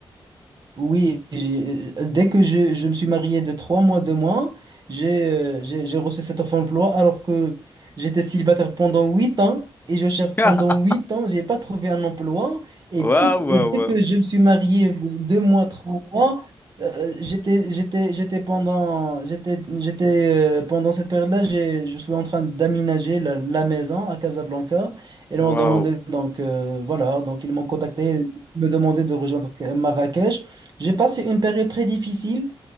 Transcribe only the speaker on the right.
oui, j'ai- euh, dès que je, je me suis marié de trois mois, deux mois, j'ai euh, j'ai j'ai reçu cette offre d'emploi alors que j'étais célibataire pendant huit ans et je cherche
pendant huit ans, j'ai pas trouvé un emploi et, dès
que-
et dès
que je me suis marié deux mois, trois mois, euh, j'étais j'étais j'étais pendant j'étais j'étais euh, pendant cette période-là, j'ai je suis en train d'aménager la, la maison à Casablanca et ils m'ont
demandé donc euh, voilà donc ils m'ont contacté ils me demandaient de rejoindre Marrakech. J'ai passé une période très difficile